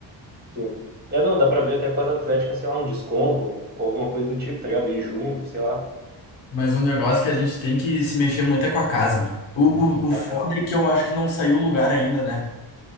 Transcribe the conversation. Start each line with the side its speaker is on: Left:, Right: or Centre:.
Right: sim. É, não, dá pra ver até com as atléticas, sei lá, um desconto ou alguma coisa do tipo, tá ligado? Ir junto, sei lá.
Left: Mas o negócio que a gente tem que se mexer muito é com a casa, meu. O, o, o
Right: Ah,
Left: foda
Right: é,
Left: é que eu acho que não saiu o lugar ainda, né?